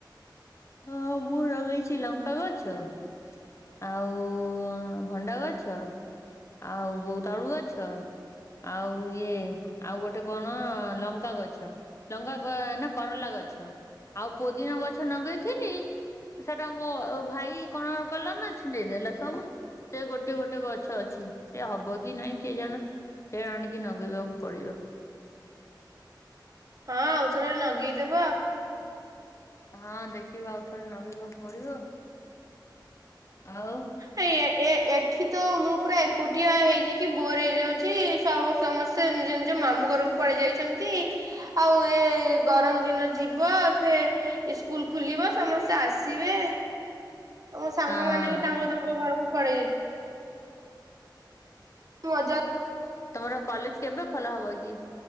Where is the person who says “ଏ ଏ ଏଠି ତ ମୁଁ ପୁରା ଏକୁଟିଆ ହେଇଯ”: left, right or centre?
Right